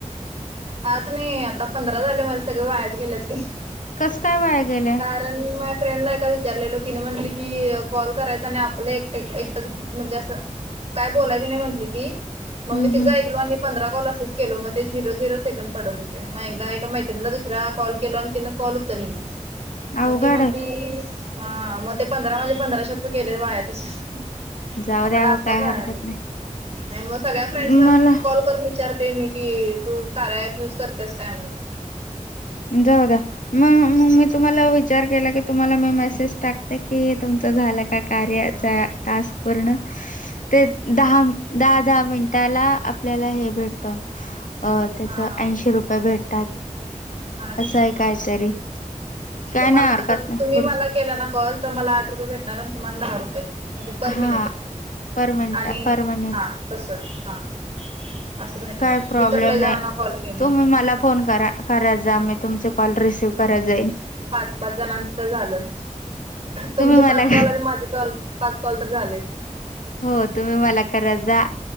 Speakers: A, on the right; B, on the left.
A: पाच नाही आता पंधरा झाले माझं सगळे वायाच गेले ते.
B: कसं काय वाया गेले.
A: कारण माया फ्रेंडला एका विचारलेलो तिने म्हणली की कॉल करायचा आणि आपलं एकटं एकटं म्हणजे असं. काय बोलायचं नाही म्हटली ती
B: हम्म
A: मग मी तिचं
B: हम्
A: ऐकलो आणि पंधरा कॉल असंच केल मग ते झिरो झरो. सेकंद पडत होते मग एकदा एका मैत्रीणीला दुसऱ्या कॉल केला आणि तिनं कॉल उचलली. मग
B: अवघड
A: ती म्हटली
B: आहे
A: हा मग ते पंधरा म्हणजे पंधराशे रुपये गेले वाया तसेच.
B: जाऊ द्या
A: मला
B: हो
A: आत्ता
B: काय
A: काळालं.
B: हरकत
A: आणि मग सगळ्या
B: नाही
A: फ्रेंड्सना
B: मला
A: कॉल करून विचारते मी की तू कार्या ॲप. यूज करतेस काय म्हणून.
B: जाऊ द्या. मग मग मी तुम्हाला विचार केला की तुम्हाला मी मेसेज टाकते की तुमच झालं का. कार्याचा.
A: हा
B: टास्क पूर्ण ते दहा दहा दहा मिनिटाला आपल्याला हे भेट. अ त्याच
A: हा
B: ऐंशी रुपये भेटतात.
A: हा <inaudible>
B: असं आहे काहीतरी
A: म
B: काय
A: तुम्हा
B: नाही हरकत
A: आता
B: नाही
A: तुम्ही
B: पुढ
A: मला. केला ना कॉल तर मला आठ रुपेटणार आणि तुम्हाला दहा रुपये. म्हणजे पर
B: हा
A: मिनिट
B: पर मिनिट
A: आणि
B: पर मिनिट
A: हा तस हा. असं भेटणार
B: काय प्रॉब्लेम
A: मित्रलाही जाणना
B: नाही
A: कॉल केल.
B: तुम्ही मला फोन करा कराय जा म तुमचा कॉल रिसिव्ह करात जाईल.
A: पाच-पाच जणांचं तर झालं तुमचे
B: तुम्ही मला
A: पाच कॉल आणि माझे कॉल. पाच कॉल तर झाले.
B: हो तुम्ही मला करत जा